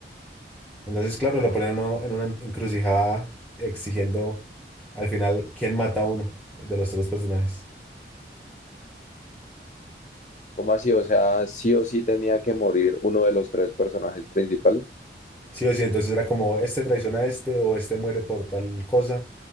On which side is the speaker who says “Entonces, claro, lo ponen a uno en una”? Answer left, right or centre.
Centre